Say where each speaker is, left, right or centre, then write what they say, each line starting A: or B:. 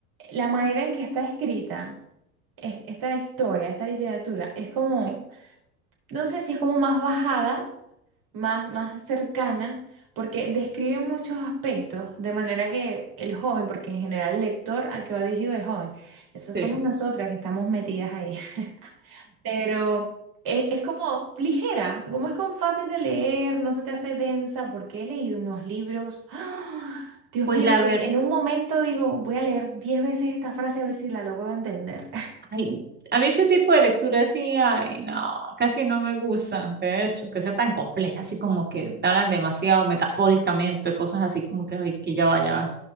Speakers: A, on the right (about 50°); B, on the right (about 20°).
A: la manera en que está escrita es- esta historia, esta literatura, es como
B: Sí,
A: no sé si es como más bajada, más, más cercana, porque describe muchos aspectos, de manera que el joven, porque en general el lector al que va dirigido es joven, esas
B: sí.
A: somos nosotras que estamos metidas ahí, <laughs> pero es, es como ligera, como es con fácil de leer, no se te hace densa, porque he leído unos libros, ¡ah! Dios
B: Pues
A: mío,
B: la
A: que
B: verdad,
A: en un momento digo, voy a leer 10 veces esta frase a ver si la logro entender. <laughs>
B: ay, a mí ese tipo de lectura sí, ay, no, casi no me gusta. De hecho, que sea tan compleja, así como que te hablan demasiado metafóricamente, cosas así como que, ay, que ya vaya.